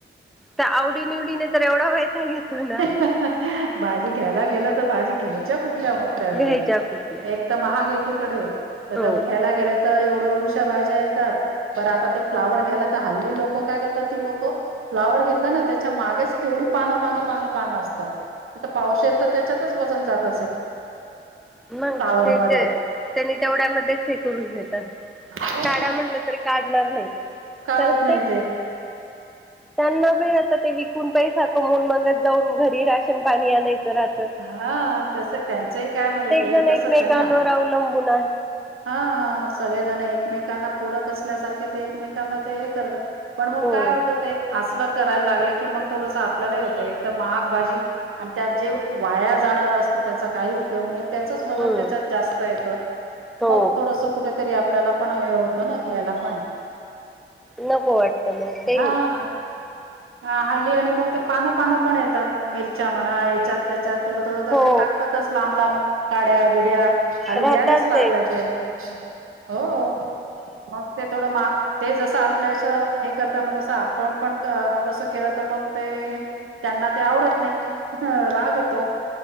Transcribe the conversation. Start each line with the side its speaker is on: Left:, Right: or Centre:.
Centre: तर आवडी-निवडीने तर एवढा वैताग येतो ना
Right: भाजी घ्यायला गेलं तर भाजी घ्यायच्या कुठल्या मग त्या वेळेला
Centre: घ्यायच्या कुठल्या
Right: तर महाग आहे तिकडे तर
Centre: हो
Right: घ्यायला गेल्या तर एवढु-एवढुशा भाज्या येतात. प आता ते फ्लावर घ्यायला तर हल्ली लोकं काय करतात ती लोकं फ्लावर घेतला ना त्याच्या मागेच केवढी पान पानं पानं पानं असतात आ पावशेर तर त्याच्यातच वजन जात असेल.
Centre: मग
Right: फ्लावर
Centre: तेच
Right: मध्ये
Centre: त्यानी तेवढ्यामध्येच हे करून घेतात
Right: हो
Centre: काडा
Right: ना
Centre: म्हणलं. तरी काढणार नाही
Right: काढत
Centre: तर
Right: नाही
Centre: ते त्यांना पण आता ते विकून पैसा कमवून मगच जाऊन घरी राशन पाणी आणायचं राहत.
Right: हा तस त्यांचही काय म्हणजे तेही
Centre: जण एकमेकांवर
Right: तसंच आहे ना.
Centre: अवलंबून आहे.
Right: हा सगळेजण एकमेकांना पूरक असल्यासारखे ते एकमेकांना ते हे करतात. पण मग
Centre: हो
Right: काय होतं ते असलं करायला लागलं की मग थोडस आपल्यालाही होतं एक तर महाग भाजी आणि त्यात जे वाया जाणारं असतं त्याचा काही उपयोग नाही त्याचच वजन
Centre: हम्म
Right: त्याच्यात जास्त येतं.
Centre: हो
Right: मग थोडस कुठेतरी आपल्याला पण हे होतं ना घ्यायला पण
Centre: नको वाटतं मग ते
Right: हा. हा हल्ली आणि मग ते पानं पानं पण येतात मिरच्या म्हणा याच्यात त्याच्यात थोडं थोडं तर
Centre: हो
Right: ते टाकतातच लांब लांब काड्या बिड्या
Centre: राहतात.
Right: लागलाय ते हो हो मग ते थोड मा ते जसं आपल्यास हे करता मग तसं आपण पण थोडस केलं तर मग ते त्यांना ते आवडत नाही. येतो.